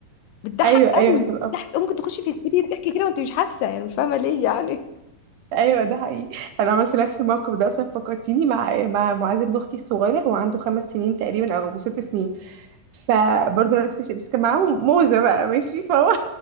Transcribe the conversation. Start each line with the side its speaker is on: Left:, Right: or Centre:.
Left: بتضحك
Right: ايوه
Left: قوي
Right: ايوه بتبقى
Left: بتضحك ممكن تخشي في هستيريا ضحك كده وانت مش حاسه يعني مش فاهمه ليه يعني
Right: ايوه ده حقيقي انا عملت نفس الموقف ده اصلا فكرتيني مع مع معاذ ابن اختي الصغير هو عنده خمس سنين تقريبا او ست سنين فبرضه نفس الشيء بس كان معاهم موزة بقى ماشي فهو